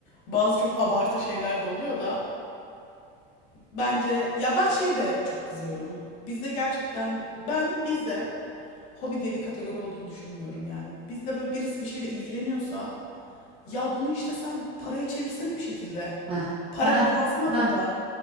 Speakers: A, on the left; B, on the right.
A: Bazı çok abartı şeyler de oluyor da bence ya ben şey de çok kızıyorum. Bizde gerçekten ben bizde hobi diye bir kategori olduğunu düşünmüyorum yani. Bizde böyle birisi bir şeyle ilgileniyorsa ya bunu işte sen paraya çevirsene bir şekilde.
B: Ha
A: Para
B: ha
A: kazansana
B: ha
A: bundan.